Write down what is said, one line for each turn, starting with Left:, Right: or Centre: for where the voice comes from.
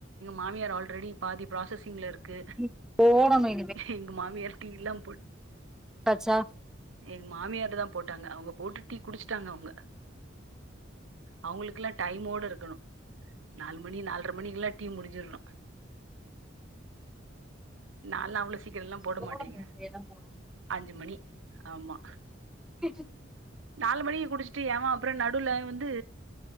Right: மாமியார் ஆல்ரெடி பாதி ப்ராசஸிங்ல இருக் கு
Centre: ம் போடணு
Right: எங்க மாமியார் டீயெல்லாம் போட்
Centre: ஆச்சா
Right: எங்க மாமியாரு தான் போட்டாங்க அவுங்க போட்டு டீ குடிச்சட்டாங்க அவுங்க அவுங்களுக்கெல்லாம் டைமோட இருக்கணும் நாலு மணி நாலரை மணிக்கெல்லாம் டீ முடிஞ்சிடணும் நால அவள சீக்கிரம் எல்லாம் போட
Centre: போடணு
Right: மாட்டேங்க
Centre: இனிமேதா போடணு
Right: அஞ்சு மணி ஆமா
Centre: கீச்
Right: நாலு மணிக்கு குடிச் ட்டு யாமா அப்ற நடுவுல வந்து